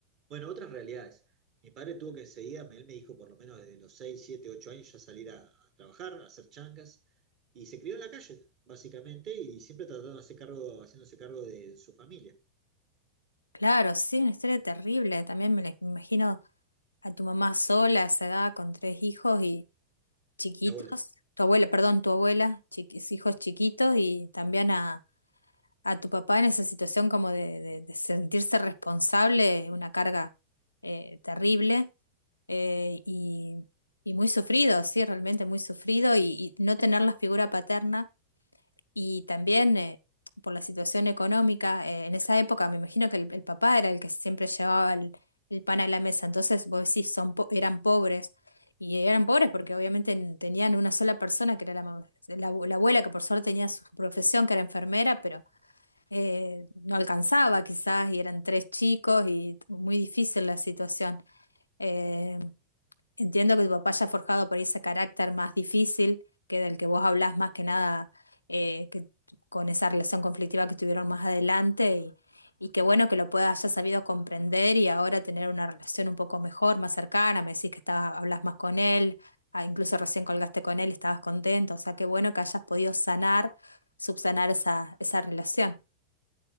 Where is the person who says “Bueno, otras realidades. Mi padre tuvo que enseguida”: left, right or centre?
Right